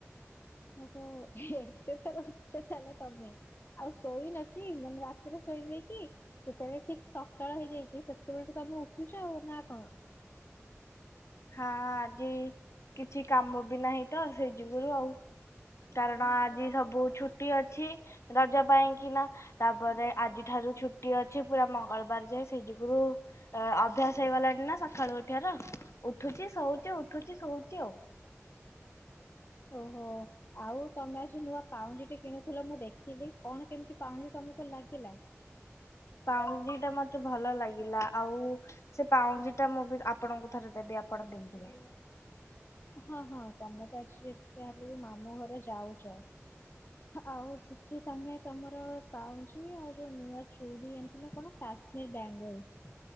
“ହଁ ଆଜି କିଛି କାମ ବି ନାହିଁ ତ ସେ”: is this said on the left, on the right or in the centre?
Left